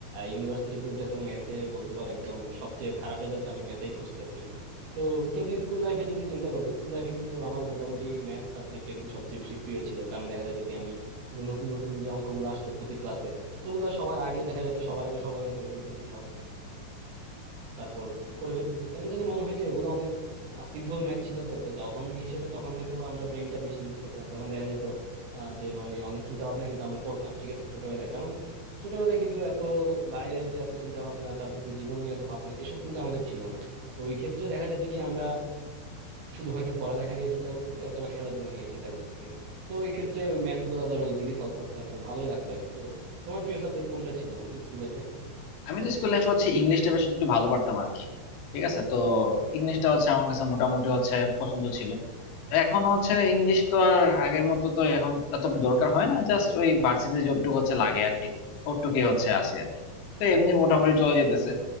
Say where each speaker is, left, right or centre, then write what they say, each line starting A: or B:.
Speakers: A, on the right; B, on the left.
A: ইউনিভার্সিটিতে উঠে তো ম্যাথে বলতে পারো একদম সবচেয়ে খারাপ রেজাল্ট আমি ম্যাথেই করছি আর কি তো কিন্তু স্কুল লাইফে যদি চিন্তা করো স্কুল লাইফে কিন্তু আমার মোটামুটি ম্যাথ সাবজেক্টটা কিন্তু সবচেয়ে বেশি প্রিয় ছিল কারণ দেখা যেত কি আমি যে নতুন নতুন যে অঙ্কগুলো আসতো প্রতি ক্লাসে ওগুলা সবার আগে দেখা যেত সবার আগে সমাধান করে ফেলতেছি তারপর করে ফেলতেছি কেন জানি মনে হয় যে ওগুলো অনেক সিম্পল ম্যাথ ছিল তো তো তখন হিসেবে তখন হয়তো আমরা ব্রেনটা বেশি ইউজ করতাম তখন দেখা যেত আহ, যে মানে অনেক চিন্তা ভাবনা কিন্তু আমরা করতাম ঠিক আছে ছোটবেলায় কারণ ছোটবেলায় কিন্তু এত বাইরের যে এত চিন্তা ভাবনা তারপর যে জীবন নিয়ে এত ভাবনা এসব কিন্তু আমাদের ছিল না তো ওই ক্ষেত্রে দেখা যেত কি আমরা শুধু হয়তো পড়ালেখা নিয়ে চিন্তা করতেছি অথবা খেলাধুলা নিয়ে চিন্তা করতেছি তো ওই ক্ষেত্রে ওই ম্যাথ গুলা ধরো ইজিলি সলভ করতাম তো ভালোই লাগতো আর কি তো তোমার প্রিয় সাবজেক্ট কোনটা ছিল বন্ধু স্কুল লাইফে
B: আমি তো স্কুল লাইফে হচ্ছে ইংলিশটা বেশ একটু ভালো পারতাম আর কি ঠিক আছে তো ইংলিশটা হচ্ছে আমার কাছে
A: আচ্ছা
B: মোটামুটি
A: আচ্ছা
B: হচ্ছে পছন্দ ছিল এখন হচ্ছে ইংলিশ তো আর আগের মতো তো এখন এত দরকার হয় না জাস্ট ওই ভার্সিটি যতটুকু হচ্ছে লাগে আর কি ওটুকুই হচ্ছে আসে আর কি। তো এমনি মোটামুটি চলে যেতেছে